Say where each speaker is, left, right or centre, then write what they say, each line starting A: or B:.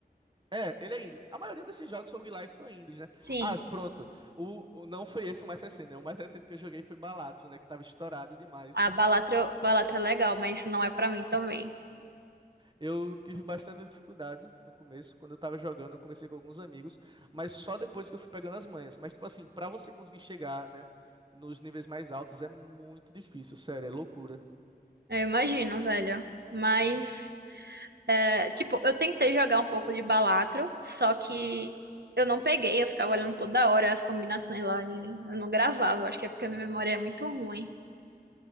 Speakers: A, on the right; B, on the right.
A: É, ele é indie. A maioria desses jogos roguelike são indies, né?
B: Sim.
A: Ah, pronto. O, o- não foi esse o mais recente, né? O mais recente que eu joguei foi Balatro, né? Que tava estourado demais.
B: A
A: <laughs>
B: Balatra, Balatra é legal, mas não é pra mim também.
A: Eu tive bastante dificuldade no começo. Quando eu tava jogando, eu comecei com alguns amigos, mas só depois que eu fui pegando as manhas. Mas, tipo assim, pra você conseguir chegar, né? Nos níveis mais altos é muito difícil, sério, é loucura.
B: Eu imagino, velho. Mas, é, tipo, eu tentei jogar um pouco de Balatro, só que eu não peguei, eu ficava olhando toda hora as combinações lá e eu não gravava. Acho que é porque a minha memória é muito ruim.